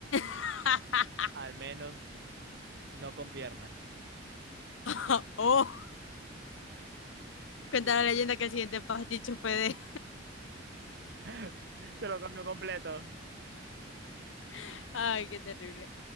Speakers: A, on the left; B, on the right.
A: <laughs>
B: Al menos no con piernas.
A: Oh,
B: <laughs>
A: cuenta
B: Dios.
A: la leyenda que el siguiente pasticho fue de.
B: <laughs> Se lo comió completo.
A: <laughs> Ay, qué terrible.